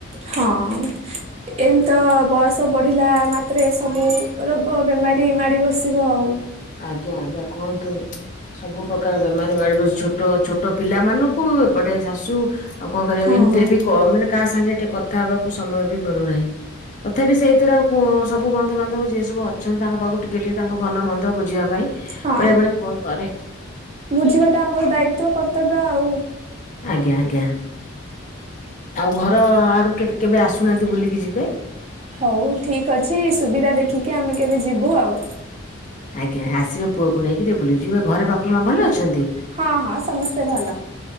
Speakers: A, on the right (about 30°); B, on the left (about 35°).
A: ହଁ ଏମ ତ ବସ୍ ତ ବଢିଲା ମାତ୍ରେ ସବୁ ରୋଗ ବେମାରୀ ମାଡ଼ି ବସିବ ଆଉ।
B: ଆଜ୍ଞା ଆଜ୍ଞା କୁହନ୍ତୁନି। ସବୁ ପ୍ରକାର ବେମାରୀ ମାରିବସି ଛୋଟ ଛୋଟ ପିଲା ମାନଙ୍କୁ ଏପଟେ ଶାଶୁ ଆଉ କଣ କରିବା
A: ହଁ
B: ଏମ ତିରେ ବି କ ମାନେ କାହା ସାଙ୍ଗେ ଟିକେ କଥା ହେବାକୁ ସମୟ ବି ମିଳୁନାହିଁ। ତଥାପି ସେଇଥିରେ ଆଉ ସବୁ ବନ୍ଧୁ ବାନ୍ଧବ ଯିଏ ସବୁ ଅଛନ୍ତି ତାଙ୍କ ପାଖକୁ ଟିକେ ଟିକେ ତାଙ୍କ ଭଲ ମନ୍ଦ ବୁଝିବା ପାଇଁ
A: ହଁ
B: ବେଳେ ବେଳେ ଫୋନ କରେ
A: ବୁଝିବାଟା ଆମର ଦାୟିତଵ କର୍ତ୍ତବ୍ୟ। ହ ଆଉ।
B: ଆଜ୍ଞା ଆଜ୍ଞା। ଆଉ ଘର ଆଡକୁ କେବ କେବେ ଆସୁନାହାନ୍ତି ବୁଲିକି ଯିବେ।
A: ହଉ ଠିକ ଅଛି ସୁବିଧା ଦେଖିକି ଆମେ କେବେ ଯିବୁ ଆଉ।
B: ଆଜ୍ଞା ଆସିବେ ପୁଅକୁ ନେଇକି ଟିକେ ବୁଲିକିଯିବେ। ଘରେ ବାପା ବାପ ମା ଭଲ ଅଛନ୍ତି?
A: ହଁ ହଁ ସମସ୍ତେ ଭଲ।